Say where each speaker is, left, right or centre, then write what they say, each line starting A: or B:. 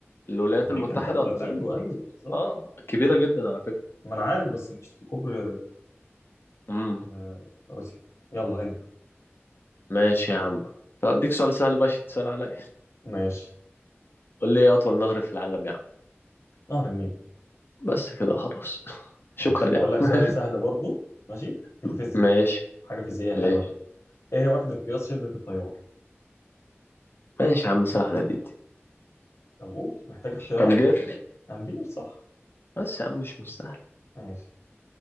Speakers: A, on the left (about 50°); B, on the left (about 75°).
A: الولايات
B: أمريكا
A: المتحدة
B: الدولة
A: ولا
B: أيوه أيوه بالظبط
A: اه كبيرة جدا على فكرة
B: ما انا عارف بس مش في كوبري
A: امم
B: آه، روسيا يلا انت
A: ماشي يا عم طب اديك سؤال سهل بقى عشان تسأل عليا
B: ماشي
A: قول لي ايه اطول نهر في العالم يا عم
B: نهر النيل
A: بس كده خلاص <laughs> شكرا
B: ماشي
A: يا
B: هقول
A: عم
B: لك سؤال سهل برضه ماشي في
A: <laughs>
B: الفيزياء
A: ماشي
B: حاجه فيزيائيه
A: ماشي
B: حلوه كده ايه هي وحده قياس شده التيار
A: ماشي يا عم سهلة دي دي
B: طب قول محتاج اختيارات
A: أمبير
B: امبير صح
A: بس يا عم مش مستاهل
B: ماشي